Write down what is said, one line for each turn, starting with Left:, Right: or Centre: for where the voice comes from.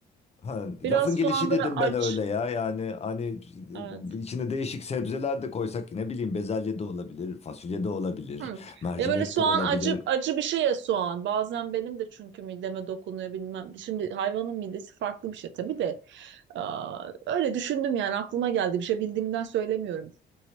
Left: Ha,
Right: biraz
Left: lafın gelişi
Right: soğan böyle
Left: dedim
Right: aç.
Left: ben öyle ya. Yani hani
Right: Evet.
Left: içine değişik sebzeler de koysak ne bileyim bezelye de olabilir, fasulye de olabilir,
Right: Hı.
Left: mercimek
Right: Ya böyle soğan
Left: de olabilir.
Right: acı acı bir şey ya soğan. Bazen benim de çünkü mideme dokunuyor bilmem. Şimdi hayvanın midesi farklı bir şey tabii de. Aa, öyle düşündüm yani aklıma geldi. Bir şey bildiğimden söylemiyorum.